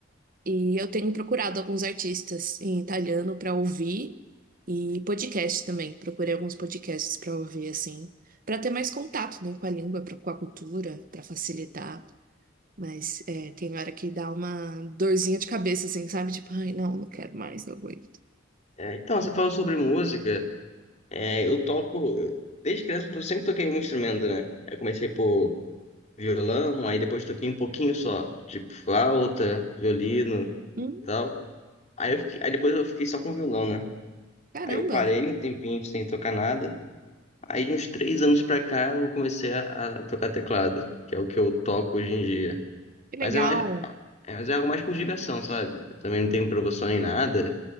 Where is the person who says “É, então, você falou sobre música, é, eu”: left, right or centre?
Left